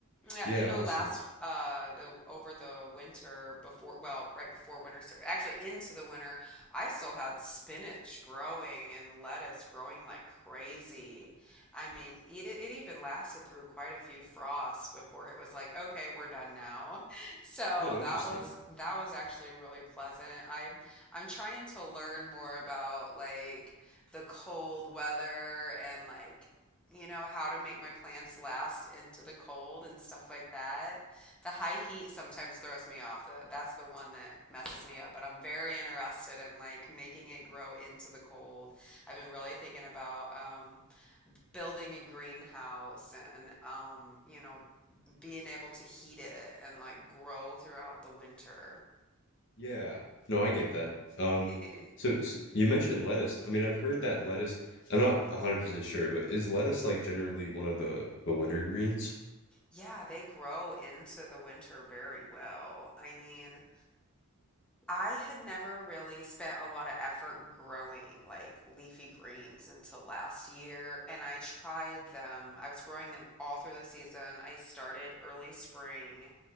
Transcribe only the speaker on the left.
Yeah,
honestly.
Oh, interesting.
Yeah. No, I get that. Um,
so, so you mentioned lettuce. I mean, I've heard that lettuce, I'm not 100% sure, but is lettuce like generally one of the the winter greens?